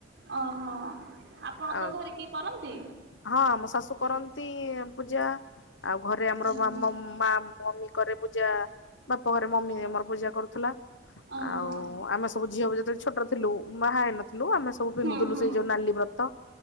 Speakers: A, on the right; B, on the left.
A: ଓହୋ! ଆପଣଙ୍କ
B: ଆଉ
A: ଘରେ କିଏ କରନ୍ତି?
B: ହଁ ମୋ ଶାଶୁ କରନ୍ତି ପୂଜା। ଆଉ ଘରେ ଆମର
A: ଓହୋ
B: ମାମ ମା ମମି କରେ ପୂଜା। ବାପଘରେ ମମି ଆମର ପୂଜା କରୁଥିଲା।
A: ଓହୋ
B: ଆଉ ଆମେ ସବୁ ଝିଅ ଯେତେବେଳେ ଛୋଟ ଥିଲୁ ବାହା ହେଇ ନଥିଲୁ। ଆମେ ସବୁ ପିନ୍ଧୁଥିଲୁ
A: ହୁଁ ହୁଁ
B: ସେଇ ଯୋଉ ନାଲି ବ୍ରତ।